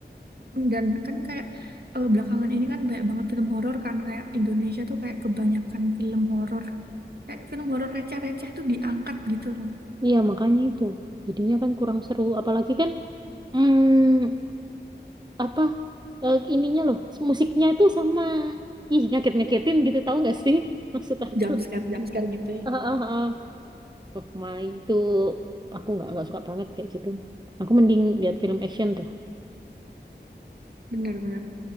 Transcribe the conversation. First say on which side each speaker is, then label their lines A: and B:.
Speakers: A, on the right (about 60°); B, on the right (about 25°).
A: dan kan kayak eh, belakangan ini kan banyak banget film horor kan kayak Indonesia tuh kayak kebanyakan film horor kayak film horor receh-receh tuh diangkat gitu loh
B: iya makanya itu jadinya kan kurang seru apalagi kan hmm, apa eh, ininya loh musiknya itu sama ih ngaget-ngagetin gitu tahu nggak sih <laughs> maksud aku
A: jump scare jump scare gitu ya
B: Ah, ah, ah. oh my itu aku nggak nggak suka banget kayak gitu aku mending lihat film action dah
A: bener-bener